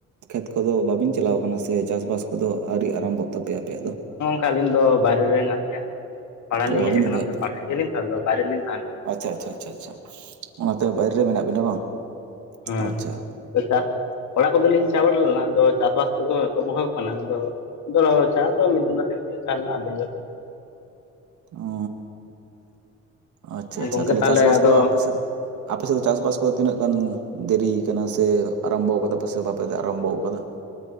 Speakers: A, on the right; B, on the left.
A: ᱠᱷᱮᱛ ᱠᱚᱫᱚ ᱵᱟᱵᱤᱱ ᱪᱟᱞᱟᱣ ᱟᱠᱟᱱᱟ ᱥᱮ ᱪᱟᱥᱵᱟᱥ ᱠᱚᱫᱚ ᱟᱹᱣᱨᱤ ᱟᱨᱟᱢᱵᱷᱚᱜ ᱛᱟᱯᱮ ᱟᱯᱮᱭᱟᱜ ᱫᱚ
B: ᱦᱮ ᱟᱹᱞᱤᱧ ᱫᱚ ᱵᱟᱭᱨᱮ ᱨᱮ ᱦᱮᱱᱟᱜᱞᱤᱧᱟ ᱯᱟᱲᱦᱟᱣ ᱞᱤᱧ
A: ᱚ
B: ᱦᱮᱡ
A: ᱟᱹᱵᱤᱱ
B: ᱟᱠᱟᱱᱟ
A: ᱫᱚ ᱵᱟ-
B: ᱯᱟᱲᱦᱟᱜ ᱜᱮᱭᱟᱞᱤᱧ ᱛᱚ ᱟᱫᱚ ᱵᱟᱭᱨᱮᱞᱤᱧ
A: ᱟᱪᱪᱷᱟ ᱟᱪᱪᱷᱟ ᱟᱪᱷᱟᱷᱟ ᱟᱪᱪᱷᱟ ᱚᱱᱟᱛᱮ ᱵᱟᱭᱨᱮ ᱨᱮ ᱢᱮᱱᱟᱜ ᱵᱤᱱᱟ ᱵᱟᱝ
B: ᱦᱩᱸ
A: ᱟᱪᱪᱷᱟ
B: <unintelligible> <unintelligible> ᱚᱲᱟᱜ ᱠᱚᱫᱚᱞᱤᱧ ᱪᱟ ᱵᱟᱲᱟ ᱞᱮᱱᱟ ᱟᱫᱚ ᱪᱟᱥᱵᱟᱥ ᱠᱚᱫᱚ ᱮᱛᱚᱵᱚᱦᱚ ᱠᱟᱱᱟ ᱟᱫᱚ ᱟᱫᱚ ᱪᱟ ᱫᱚ ᱢᱤᱫ ᱫᱤᱱ ᱵᱟᱨᱫᱤᱱᱞᱤᱧ ᱪᱟ ᱞᱮᱱᱟ ᱟᱨ ᱫᱤᱱ
A: ᱚ ᱟᱪᱪᱷᱟ ᱟᱪᱪᱷᱟ
B: ᱜᱚᱝᱠᱮ
A: ᱛᱟᱦᱞᱮ
B: ᱛᱟᱦᱚᱞᱮ
A: ᱪᱟᱥᱵᱟᱥ
B: ᱟᱫᱚ
A: ᱠᱚᱫᱚ ᱟᱯᱮᱥᱮᱫ ᱟᱯᱮᱥᱮᱫ ᱫᱚ ᱪᱟᱥ ᱵᱟᱟᱥ ᱠᱚᱫᱚ ᱛᱤᱱᱟᱹᱜ ᱜᱟᱱ ᱫᱮᱨᱤ ᱟᱠᱟᱱᱟ ᱥᱮ ᱟᱨᱟᱢᱵᱚ ᱟᱠᱟᱫᱟ ᱯᱮ ᱥᱮ ᱵᱟᱯᱮ ᱟᱨᱟᱢᱵᱚ ᱟᱠᱟᱫᱟ